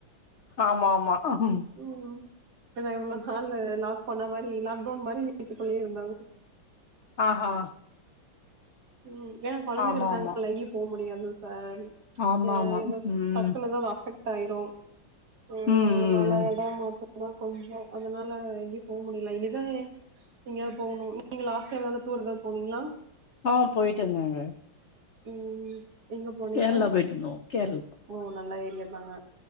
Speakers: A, on the left; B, on the right.
A: ஆமா ஆமா ம்
B: ம் ஏன்னா இவ்ளோ ஹால்ல லாக் பண்ண மாரி லாக்டவுன் மாரி வீட்டுக்குள்ளேயே இருந்தாங்க
A: ஆஹா
B: ம் ஏன்னா குழந்தைங்க
A: ஆமா
B: இருக்காங்க
A: ஆமா
B: எங்கயும் போக முடியாதுல சார்
A: ஆமா
B: ஆ
A: ஆமா
B: இதோ
A: ம்
B: டக்குன்னு எதா அஃபெக்ட் தைரோ உ
A: ம் ம்
B: அது நால எடோ மாத் அதா கொஞ்சோ அதனால எங்கேயு போ முடியல இதய் எங்கயாவது போனு நீங்க லாஸ்ட்டா எதாவது டூர் ஏதாவது போனீங்களா
A: ஆ போயட்டோந்தங்க
B: ம் எங்க போனீங்க
A: கேரளா போய்ட்டந்தோ கேர்ள்
B: ஓ நல்ல ஏரியா தாங்க